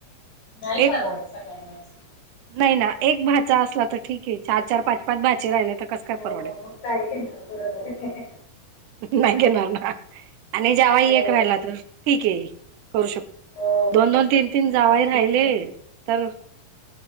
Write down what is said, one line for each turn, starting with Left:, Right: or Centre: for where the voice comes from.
Left: नाही परवडत
Right: एक
Left: सगळ्यांनाच.
Right: नाही ना एक भाचा असला तर ठीक आहे चार- चार, पाच- पाच भाचे राहिले तर कस काय
Left: हो
Right: परवडेल.
Left: मग काय घेणार बरोबर आहे.
Right: नाही घेणार ना आणि जावई
Left: हो
Right: एक राहिला तर ठीक आहे. करू शकतोय
Left: हो
Right: दोन -दोन, तीन -तीन जावही राहिले तर